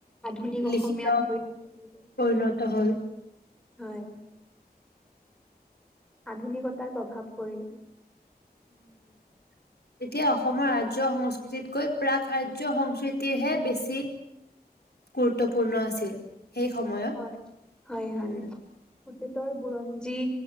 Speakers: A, in the centre; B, on the left.
A: আধুনিক
B: লিখিত
A: অসমীয়াত পৰিণত কৰিব।
B: পৰিণত হ'ল।
A: হয়। আধুনিকতাৰ প্ৰভাৱ পৰিল।
B: উম <inaudible> তেতিয়া অসমৰ আৰ্য সংস্কৃতিতকৈ প্ৰাক আৰ্য সংস্কৃতিৰহে বেছি গুৰুত্বপূৰ্ণ আছিল। সেই সময়ত।
A: হয়, হয়,
B: উম,
A: হয় অতীতৰ বুৰঞ্জী যি,